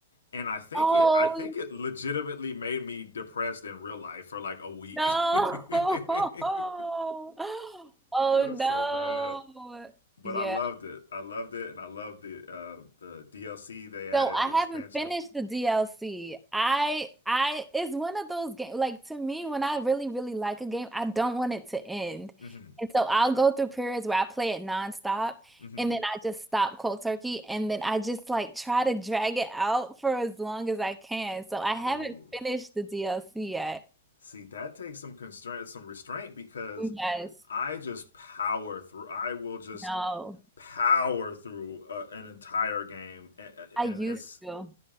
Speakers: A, on the left; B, in the centre.
A: and I think
B: Oh
A: it I think it legitimately made me depressed in real life for like a week.
B: no.
A: <laughs> it
B: <laughs> Oh
A: was
B: no.
A: so bad, but
B: Yeah.
A: I loved it. I loved it, and I loved the uh, the DLC they added,
B: So I
A: the
B: haven't
A: expansion.
B: finished the DLC. I I it's one of those games like to me when I really really like a game, I don't want it to end.
A: hmm
B: And so I'll go through periods where I play it nonstop
A: hmm
B: and then I just stop cold turkey and then I just like try to drag it out for as long as I can. So I
A: Oh,
B: haven't finished the DLC yet.
A: see, that takes some constraint, some restraint because
B: Yes.
A: I just power through. I will just
B: No.
A: power through uh, an entire game, and,
B: I
A: and
B: used
A: it's
B: to.